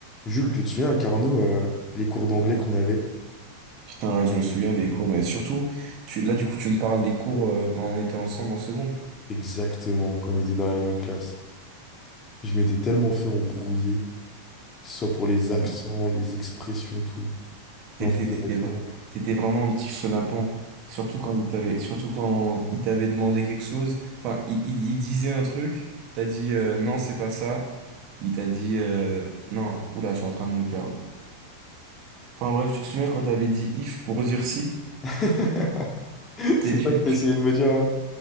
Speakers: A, on the left; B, on the right.
A: Jules, tu te souviens à Carnot, euh, les cours d'anglais qu'on avait?
B: Putain, ouais, je me souviens des cours, mais surtout, tu, là, du coup, tu me parles des cours euh, quand on était ensemble en seconde.
A: Exactement, quand on était dans la même classe. Je m'étais tellement fait embrouiller, que ce soit pour les
B: Ouais,
A: accents,
B: mais
A: les expressions, tout.
B: T'étais,
A: Mais en fait,
B: t'étais,
A: honnêtement,
B: vra- t'étais vraiment un petit chenapan. Surtout quand il t'avait, surtout quand il t'avait demandé quelque chose. Enfin, il, il- il disait un truc, t'as dit euh, non, c'est pas ça. Il t'a dit euh, non, oula, je suis en train de me perdre. Enfin bref, tu te souviens quand t'avais dit if pour dire si?
A: <laughs>
B: T'es,
A: c'est
B: tu,
A: ça que tu
B: tu-
A: essayais de me dire là?